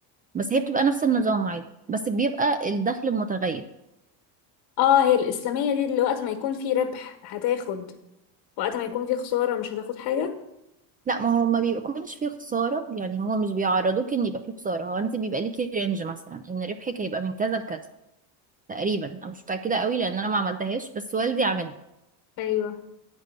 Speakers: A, on the right; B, on the left.
A: بس هي بتبقى نفس النظام عادي بس بيبقى الدخل متغير
B: اه هي الاسلاميه دي اللي وقت ما يكون في ربح هتاخد وقت ما يكون في خساره مش هتاخد حاجه
A: لا ما هو ما بيكونش فيه خسارة يعني هو مش بيعرضوك ان يبقى فيه خسارة هو انت بيبقى ليكي رينج مثلا ان ربحك هيبقى من كذا لكذا تقريبا انا مش متأكدة قوي لان انا ما عملتهاش بس والدي عملها
B: ايوه